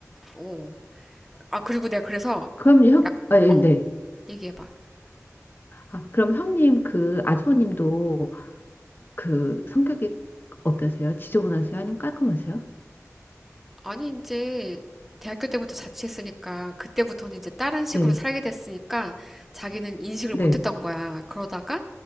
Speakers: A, in the centre; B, on the left (about 40°).
A: 어. 아, 그리고 내가 그래서,
B: 그럼 형,
A: 약,
B: 아, 예,
A: 어,
B: 네.
A: 얘기해봐.
B: 아, 그럼 형님 그 아주버님도 그 성격이 어떠세요? 지저분하세요? 아니면 깔끔하세요?
A: 아니, 이제 대학교 때부터 자취했으니까 그때부터는 이제 다른 식으로
B: 네,
A: 살게 됐으니까 자기는 인식을
B: 네.
A: 못했던 거야. 그러다가